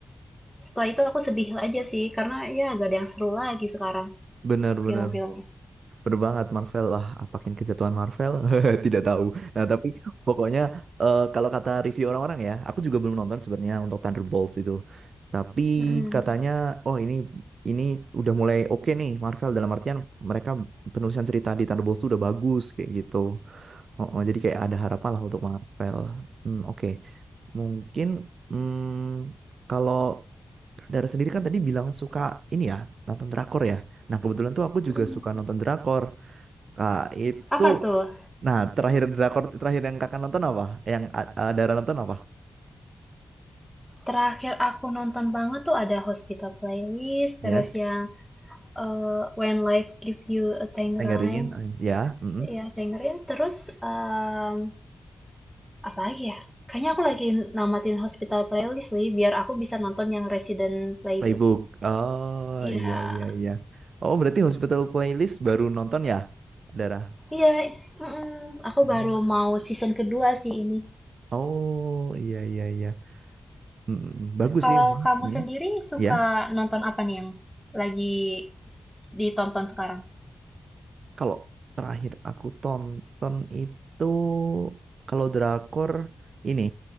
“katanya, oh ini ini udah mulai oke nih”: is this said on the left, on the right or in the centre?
Right